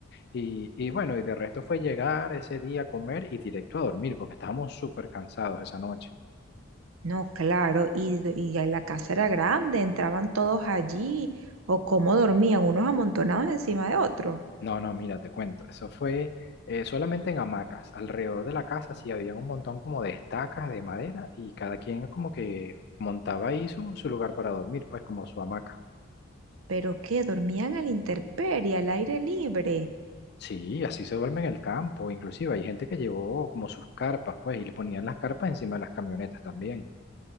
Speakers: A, on the left (about 50°); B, on the right (about 80°).
A: Y, y bueno, y de resto fue llegar ese día a comer y directo a dormir, porque estábamos súper cansados esa noche.
B: No, claro, y, d- y ahí la casa era grande, entraban todos allí, o cómo dormían, unos amontonados encima de otros.
A: No, no, mira, te cuento. Eso fue eh, solamente en hamacas. Alrededor de la casa sí había un montón como de estacas de madera y cada quien como que montaba ahí su, su lugar para dormir, pues como su hamaca.
B: Pero qué, dormían a la intemperie, al aire libre.
A: Sí, así se duerme en el campo. Inclusive hay gente que llevó como sus carpas, pues, y le ponían las carpas encima de las camionetas también.